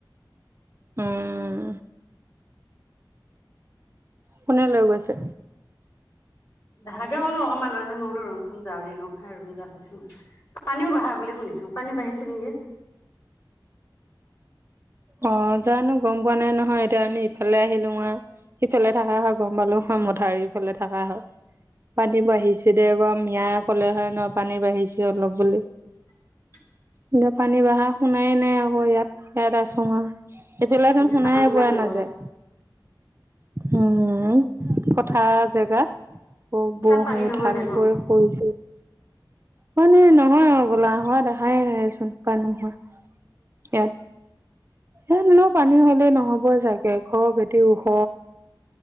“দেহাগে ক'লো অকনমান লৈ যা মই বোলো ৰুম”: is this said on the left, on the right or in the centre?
Left